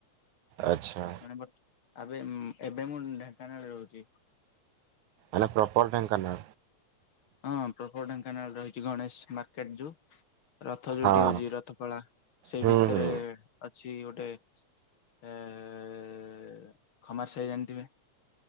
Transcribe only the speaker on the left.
ଏଣେ ବଟ୍ ଆବେ ଉଁ, ଏବେ ମୁଁ ଢେଙ୍କାନାଳରେ ରହୁଛି।
ହଁ ପ୍ରପର୍ ଢେଙ୍କାନାଳ ରହିଛି ଗଣେଶ ମାର୍କେଟ୍ ଯୋଉ ରଥ ଯୋଉଠି
ହଉଛି, ରଥ ପଳା ସେଇ
ଭିତରେ
ଅଛି ଗୋଟେ ଏ, ଖମାସାଇ ଜାଣିଥିବେ?